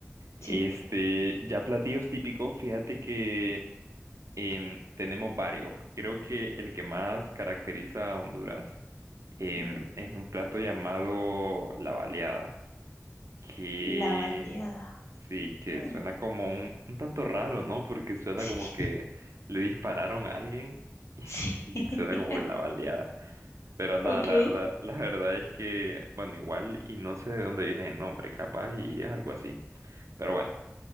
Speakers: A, on the left; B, on the right.
A: Sí.
B: Este, ya platillos típicos, fíjate que em, tenemos varios. Creo que el que más caracteriza a Honduras em,
A: Ujú.
B: es un plato llamado la baleada, que
A: La baleada.
B: sí, que
A: Mm,
B: suena como un, un tanto raro, ¿no? Porque suena
A: Sí.
B: como que le dispararon a alguien
A: <laughs> Sí.
B: y suena como
A: <laughs>
B: que la baleada. Pero nada,
A: Ok.
B: la verdad, la verdad es que, bueno, igual, y no sé de dónde viene el nombre, capaz, y es algo así. Pero bueno,